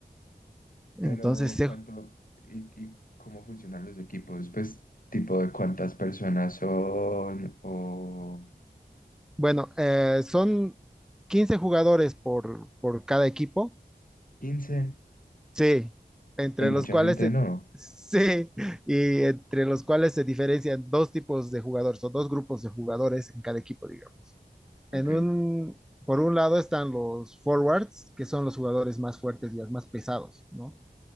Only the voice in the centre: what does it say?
Entonces,
se-
bueno, eh, son 15 jugadores por, por cada equipo,
sí, entre
los
cuales
se,
sí, y entre los cuales se diferencian dos tipos de jugadores o dos grupos de jugadores en cada equipo, digamos.
en un, por un lado están los forwards, que son los jugadores más fuertes y los más pesados, ¿no?